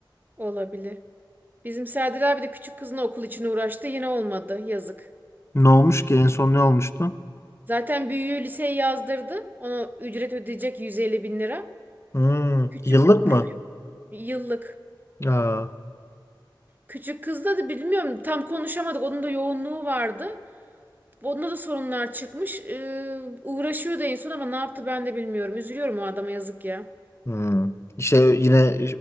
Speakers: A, on the right; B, on the left.
A: olabilir. Bizim Serdar abi de küçük kızına okul için uğraştı yine olmadı yazık.
B: Ne olmuş ki? En son ne olmuştu?
A: Zaten büyüğü liseye yazdırdı. Ona ücret ödeyecek 150 bin lira.
B: Hmm,
A: Küçük
B: yıllık
A: küçük
B: mı?
A: yıllık.
B: Aa.
A: Küçük kızda da bilmiyorum tam konuşamadık. Onun da yoğunluğu vardı. Onda da sorunlar çıkmış. Ee, uğraşıyordu en son ama ne yaptı ben de bilmiyorum. Üzülüyorum o adama yazık ya.
B: Hmm. İşte yine